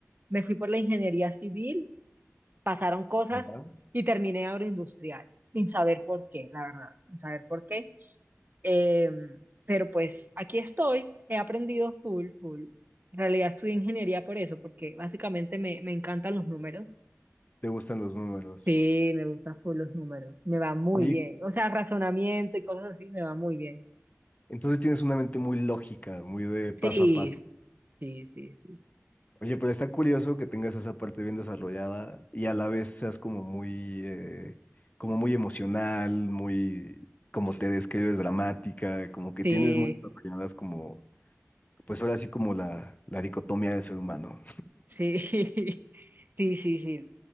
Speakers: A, on the right; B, on the left.
A: Me fui por la ingeniería civil, pasaron cosas
B: ¿Va?
A: y terminé agroindustrial, sin saber por qué, la verdad, sin saber por qué. Eh, pero pues aquí estoy, he aprendido full, full. En realidad estudié ingeniería por eso, porque básicamente me, me encantan los números.
B: Te gustan los números.
A: Sí, me gustan full los números, me va muy
B: Oye,
A: bien. O sea, razonamiento y cosas así me va muy bien.
B: entonces tienes una mente muy lógica, muy de paso
A: Sí,
B: a paso.
A: sí, sí,
B: Oye, pero está curioso que tengas esa parte bien desarrollada y a la vez seas como muy, eh, como muy emocional, muy, como te describes, dramática, como que
A: sí,
B: tienes muy desarrolladas como, pues ahora sí como la, la dicotomía del ser humano.
A: sí, sí, <laughs> sí, sí, sí.